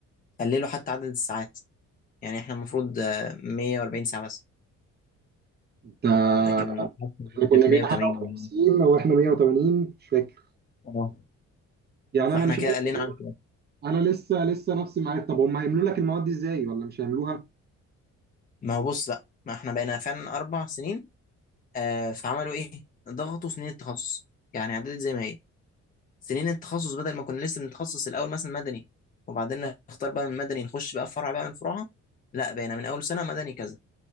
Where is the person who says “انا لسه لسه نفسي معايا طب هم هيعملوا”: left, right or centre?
Right